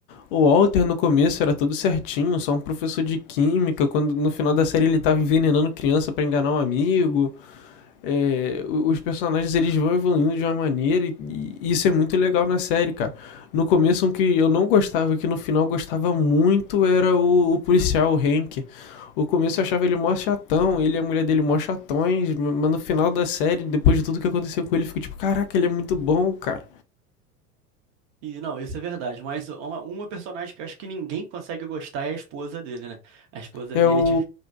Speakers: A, on the left (about 40°); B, on the right (about 35°).
A: o Walter no começo era todo certinho, só um professor de química, quando no final da série ele tava envenenando criança pra enganar um amigo. é, os personagens eles vão evoluindo de uma maneira e, e isso é muito legal na série, cara. No começo, um que eu não gostava, que no final gostava muito, era o, o policial, o Hank. O começo eu achava ele mó chatão, ele e a mulher dele mó chatões, mas no final da série, depois de tudo que aconteceu com ele, eu fico tipo, caraca, ele é muito bom, cara.
B: E não, isso é verdade, mas é uma, uma personagem que eu acho que ninguém consegue gostar é a esposa dele, né? A esposa
A: É
B: dele
A: o.
B: de...